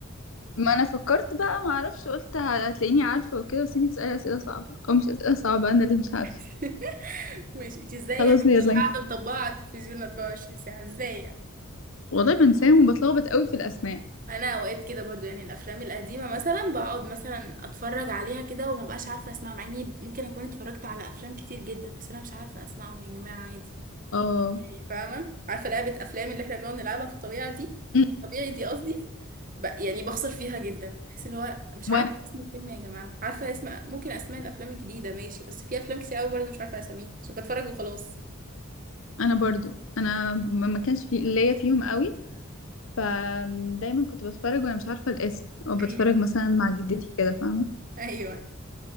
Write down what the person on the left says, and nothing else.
ما انا فكرت بقى ما اعرفش قلت هتلاقيني عارفه وكده بس انتي بتسالي اسئله صعبه او مش اسئله صعبه انا اللي مش عارفه
خلاص
يلا انت
والله بنساهم وبتلخبط قوي في الاسماء
اه
أمم،
وانا
انا برضو انا ما ما كانش في ليا فيهم قوي فدايما كنت بتفرج وانا مش عارفه الاسم او بتفرج
مثلا مع جدتي كده فاهمه